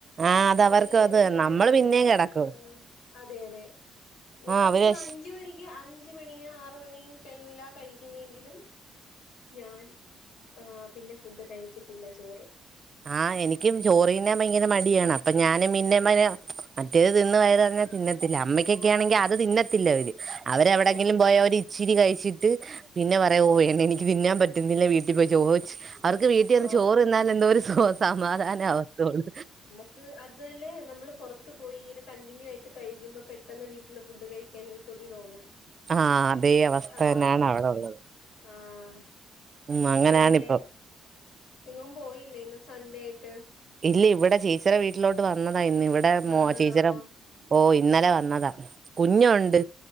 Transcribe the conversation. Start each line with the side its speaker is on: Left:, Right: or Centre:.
Right: ആ അതവർക്ക്
Left: അത് എല്ലായിടം
Right: നമ്മള്
Left: അങ്ങനെയ
Right: പിന്നേം കിടക്കും
Left: ആഹ് അതെ അതെ ഞാൻ
Right: ആ അവര്
Left: ഇപ്പോ അഞ്ചു മണിക്ക് അഞ്ചു മണി ആറു മണി ടൈമിലാ കഴിക്കുന്നെങ്കിലും ഞാൻ ആഹ് പിന്നെ ഫുഡ് കഴിക്കത്തില്ല ചോറ്
Right: ആഹ് എനിക്കും ചോറ്ന്ന ഭയങ്കര മടിയാണ് അപ്പൊ ഞാനും പിന്നെ മ മറ്റേത് തിന്ന് വയറു നിറഞ്ഞ പിന്നെ തിന്ന അമ്മക്കൊക്കെയാണെങ്കി അത് തിന്നത്തില്ല അവല് അവരെവിടെങ്കിലും
Left: ആഹ്
Right: പോയ ഒരു ഇച്ചിരി കഴിച്ചിട്ട് പിന്നെ പറയാ ഓഹ് എനിക്ക് തിന്നാൻ പറ്റുന്നില്ല വീട്ടിപ്പോയി ചോയ്ച്ച് അവർക്ക് വീട്ടിനിന്ന്
Left: ആഹ്
Right: ചോറിതിന്നാലെന്തോ ഒരു ഹൊ സമാധാനാവത്തേ ഒള്ളു
Left: ക്ക് അതല്ലേ നമ്മള് പൊർത്ത് പോയി ഇങ്ങനെ കണ്ടിന്യൂ ആയിട്ട് കഴിയ്ക്കുമ്പം പെട്ടെന്ന് വീട്ടിലെ ഫുഡ് കഴി ക്കാനൊരു കൊതി തോന്നും
Right: ആഹ് അതേ അവസ്ഥ
Left: ആഹ്
Right: തന്നെയാണ് അവിടെ ഉള്ളത്
Left: ആഹ്
Right: ഉം അങ്ങനാണിപ്പം
Left: പിന്നെ എങ്ങും പോയില്ലേ ഇന്ന് സൺഡേയായിട്ട്
Right: ഇല്ല ഇവിടെ ചേച്ചിടെ വീട്ടിലോട്ട് വന്നതാ ഇന്ന് ഇവിടെ
Left: വന്നതാണോ
Right: മോ ചേച്ചിടെ ഓഹ് ഇന്നലെ വന്നതാ കുഞ്ഞൊണ്ട്